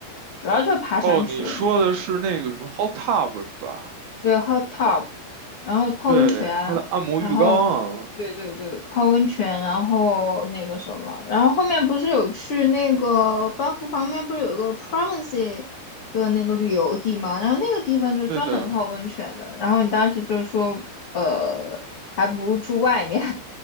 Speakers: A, on the left; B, on the right.
A: 主要就是爬山去了。
B: 哦，你说的是那个什么 hot tub 是吧？
A: 对，hot tub，然后泡温泉，
B: 对，他的按摩浴缸
A: 然后对对对，
B: 啊。
A: 泡温泉，然后那个什么，然后后面不是有去那个班夫旁边不是有个 Province 的那个旅游地嘛，然后那个地方就专门泡温泉的，
B: 对的，
A: 然后你当时就说，呃，还不如住外面呢，